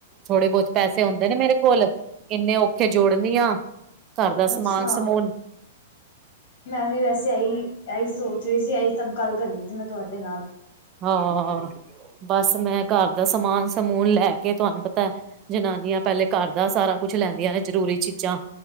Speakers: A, on the right (about 30°); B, on the left (about 55°).
A: ਥੋੜੇ ਬਹੁਤ ਪੈਸੇ ਆਉਦੇ ਨੇ ਮੇਰੇ ਕੋਲ ਇੰਨੇ ਔਖੇ ਜੋੜਨੀ ਆ ਘਰ ਦਾ ਸਮਾਨ
B: ਅੱਛਾ।
A: ਸਮੂਨ
B: ਮੈਂ ਵੀ ਵੈਸੇ ਇਹੀ ਇਹੀ ਸੋਚ ਰਹੀ ਸੀ ਇਹੀ ਸਭ ਗੱਲ ਕਰਨੀ ਸੀ ਮੈਂ ਤੁਹਾਡੇ ਨਾਲ
A: ਹਾਂ ਬਸ ਮੈਂ ਘਰ ਦਾ ਸਮਾਨ ਸਮੂਨ ਲੈ ਕੇ ਤੁਹਾਨੂੰ ਪਤਾ ਜਨਾਨੀਆਂ ਪਹਿਲੇ ਘਰ ਦਾ ਸਾਰਾ ਕੁੱਝ ਲੈਂਦੀਆਂ ਨੇ ਜ਼ਰੂਰੀ ਚੀਜ਼ਾਂ